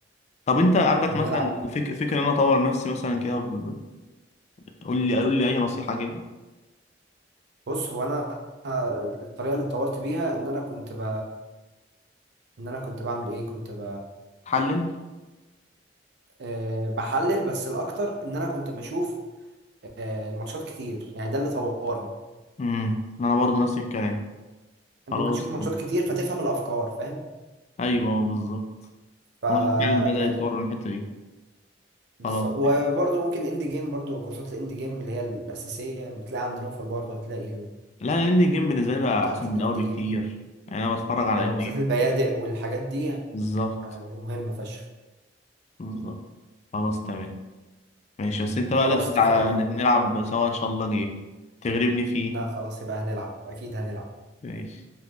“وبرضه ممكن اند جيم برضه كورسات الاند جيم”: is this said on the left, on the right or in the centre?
Right